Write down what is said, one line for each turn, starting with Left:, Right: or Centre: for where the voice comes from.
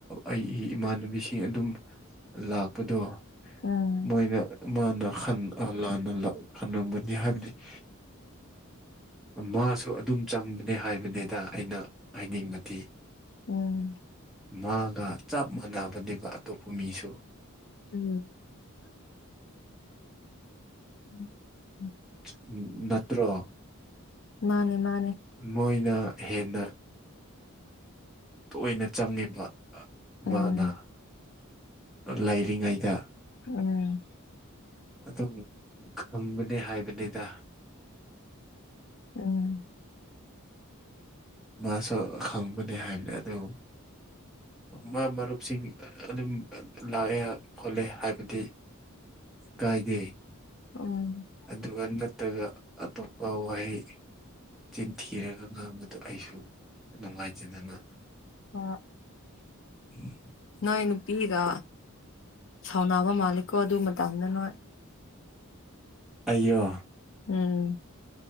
Centre: ꯑꯩ ꯏꯃꯥꯟꯅꯕꯤꯁꯤꯡ ꯑꯗꯨꯝ ꯂꯥꯛꯄꯗꯣ
Left: ꯎꯝ
Centre: ꯃꯣꯏꯅ ꯃꯥꯅ ꯈꯟ ꯂꯥꯟꯅ ꯈꯟꯂꯝꯝꯒꯅꯤ ꯍꯥꯏꯕꯗꯤ <inaudible> ꯃꯥꯁꯨ ꯑꯗꯨꯝ ꯆꯪꯕꯅꯦ ꯍꯥꯏꯕꯅꯤꯗ ꯑꯩꯅ ꯍꯥꯏꯅꯤꯡꯕꯗꯤ
Left: ꯎꯝ
Centre: ꯃꯥꯒ ꯆꯞ ꯃꯥꯟꯅꯕꯅꯦꯕ ꯑꯇꯣꯞꯄ ꯃꯤꯁꯨ
Left: ꯎꯝ <inaudible>
Centre: <unintelligible> ꯅꯠꯇ꯭ꯔꯣ
Left: ꯃꯥꯅꯦ ꯃꯥꯅꯦ
Centre: ꯃꯣꯏꯅ ꯍꯦꯟꯅ ꯇꯣꯏꯅ ꯆꯪꯉꯦꯕ ꯃꯥꯅ
Left: ꯎꯝ
Centre: ꯂꯩꯔꯤꯉꯩꯗ
Left: ꯎꯝ
Centre: ꯑꯗꯨꯝ ꯈꯪꯕꯅꯦ ꯍꯥꯏꯕꯅꯤꯗ
Left: ꯎꯝ
Centre: ꯃꯥꯁꯨ ꯈꯪꯕꯅꯦ ꯍꯥꯏꯕꯅꯦ ꯑꯗꯣ ꯃꯥ ꯃꯔꯨꯞꯁꯤꯡ ꯑꯗꯨꯝ ꯂꯥꯛꯑꯦ ꯈꯣꯠꯂꯦ ꯍꯥꯏꯕꯗꯤ ꯀꯥꯏꯗꯦ
Left: ꯎꯝ
Centre: ꯑꯗꯨꯒ ꯅꯠꯇꯒ ꯑꯇꯣꯞꯄ ꯋꯥꯍꯩ ꯆꯤꯟ ꯊꯤꯔꯒ ꯉꯥꯡꯕꯗꯣ ꯑꯩꯁꯨ ꯅꯨꯡꯉꯥꯏꯖꯗꯅ
Left: ꯑꯥ
Centre: <inaudible>
Left: ꯅꯣꯏ ꯅꯨꯄꯤꯒ ꯁꯥꯎꯅꯕ ꯃꯥꯜꯂꯤꯀꯣ ꯑꯗꯨꯃ ꯇꯟꯅ ꯅꯣꯏ
Centre: ꯑꯩꯌꯣ
Left: ꯎꯝ